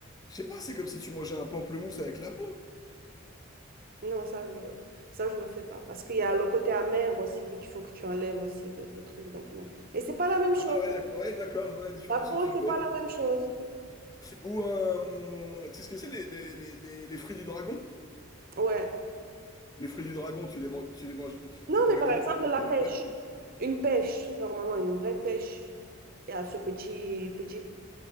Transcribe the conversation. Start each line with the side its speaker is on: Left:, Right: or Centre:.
Left: je sais pas, c'est comme si tu mangeais un pamplemousse avec la peau.
Right: Non, ça, je le, ça, je le fais pas. Parce qu'il y a le côté amer aussi que- qu'il faut que tu enlèves aussi de, de trucs. Donc, non. Mais c'est pas la même chose.
Left: Ah ouais, d'accord, ouais, d'accord, je vois la différence
Right: La peau,
Left: que tu
Right: c'est
Left: fais.
Right: pas la même chose.
Left: Ou, euh, tu sais ce que c'est, les, les, les, les- les fruits du dragon?
Right: Ouais.
Left: Les fruits du dragon, tu les, man- tu les manges,
Right: Non,
Left: tu pourrais
Right: mais par
Left: limite
Right: exemple,
Left: les manger
Right: la pêche.
Left: avec la peau.
Right: Une pêche, normalement, une vraie pêche. Il y a ce petit, petit,